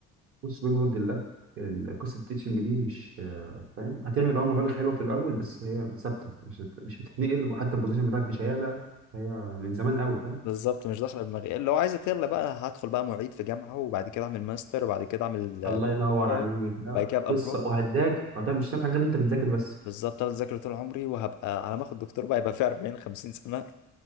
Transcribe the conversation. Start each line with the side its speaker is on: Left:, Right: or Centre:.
Right: بص بما يرضي الله ال- قصة التيتشنج دي مش آه، فاهم هتعمل اه مبالغ حلوة في الأول بس هي ثابتة مش هت... مش هتتنقل وحتى البوزيشن بتاعك مش هيعلى هي من زمان قوي فاهم
Left: بالظبط مش داخله دماغي لو عايز يلا بقى هدخل بقى معيد في جامعة وبعد كده أعمل ماستر وبعد كده أعمل آه،
Right: الله
Left: دكتوراه
Right: ينور عليك لا
Left: بعد كده أبقى
Right: قصه
Left: بروف
Right: وهتذاكر هتعمل- مش هتعمل حاجه غير ان انت بتذاكر بس
Left: بالظبط انا اذاكر طول عمري وهبقى على ما اخد دكتور بقى يبقى في 40 50 سنه